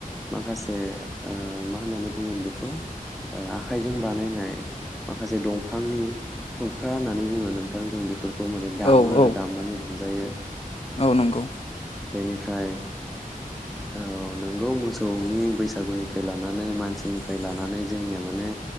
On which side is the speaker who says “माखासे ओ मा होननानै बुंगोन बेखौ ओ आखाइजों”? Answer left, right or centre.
Centre